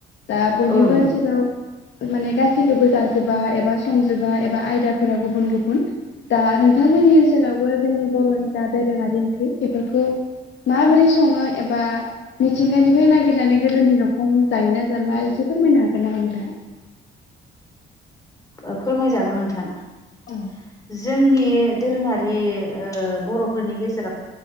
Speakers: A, on the left; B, on the left.
A: दा बयनिबो
B: औ नंगौ
A: ओनसोलाव माने गासैखौबो जाजोबा एबा संजोबा एबा आय दाफोरा गुबुन गुबुन दा नोंथांमोननि ओनसोलावबो जोंनि बर'नि जा दोरोङारि ओंख्रै बेफोरखौ माबोरै सङो एबा मिथिंगानिफ्राय नागिरनानै गोदोनि रखम जायोना जाला एसे फोरमायनो हागोन नामा नोंथाङा?
B: ओ फोरमायजागोन नोंथां जि
A: औ
B: जोंनि दोरोङारि ओ बर'फोरनि गेजेराव